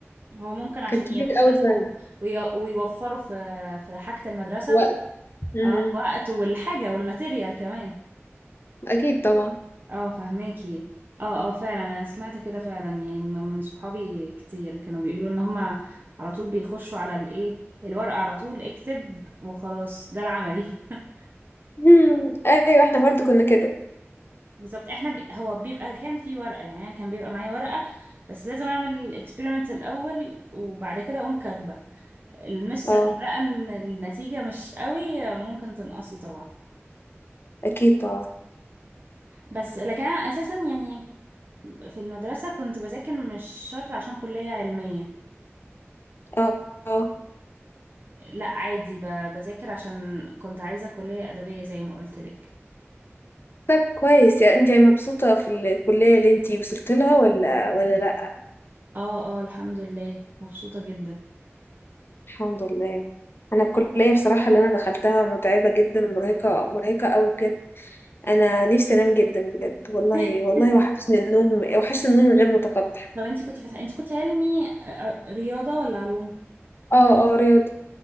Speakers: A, on the right; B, on the left.
A: هو ممكن عشان
B: كان كبير
A: يتفادوا
B: قوي فعلا
A: وي- ويوفروا في في حاجة المدرسة
B: وقت امم
A: اه وقت والحاجة والماتيريال كمان
B: اكيد طبعا
A: اه فهماكي اه اه فعلا انا سمعت كده فعلا يعني من من صحابي كتير كانوا بيقولوا ان هما على طول بيخشوا على الايه الورقة على طول اكتب وخلاص ده العملي <laughs>
B: امم ايوه احنا برضو كنا كده
A: بالظبط احنا ب... هو بيبقى كان في ورقة يعني كان بيبقى معايا ورقة بس لازم اعمل الاكسبيرمنت الاول وبعد كده اقوم كاتبة المستر
B: اه
A: لو لقى ان النتيجة مش قوي ممكن تنقصي طبعا
B: اكيد طبعا
A: بس لكن انا اساسا يعني في المدرسة كنت بذاكر مش شرط عشان كلية علمية
B: اه آه.
A: لا عادي ب- بذاكر عشان كنت عايزة كلية أدبية زي ما قلت لك
B: طب كويس يعني انت يعني مبسوطة في الكلية اللي انت وصلت لها ولا ولا لا
A: اه اه الحمد لله مبسوطة جدا
B: الحمد لله انا الكلية بصراحة اللي انا دخلتها متعبة جدا ومرهقة مرهقة قوي بجد انا نفسي انام جدا بجد والله
A: <laughs>
B: والله وحشني النوم وحشني النوم غير متقطع
A: طب انتي كنتي فاتحة انتي كنتي علمي آه، رياضة ولا علوم
B: اه اه رياضة